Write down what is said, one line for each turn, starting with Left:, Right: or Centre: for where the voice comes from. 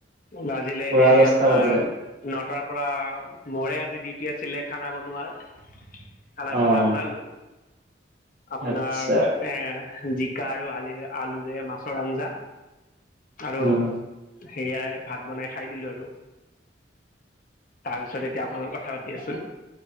Left: বাজিলে
Right: পুৰা
Left: সেই
Right: দহটা
Left: আপোনাৰ
Right: বাজিলে,
Left: নটাৰ পৰা মৰে আজি ডিউটি আছিলে খানা বনোৱাৰ। খানা
Right: অ',
Left: চানা বনালো। আপোনাৰ
Right: আচ্ছা,
Left: এ জিকা আৰু আলি আলুৰে মাছৰ আঞ্জা। আৰু
Right: উম।
Left: সেয়াই ভাত বনাই খাই দিলো আৰু তাৰপিছত এতিয়া আপোনাৰ লগত কথা পাতি আছো।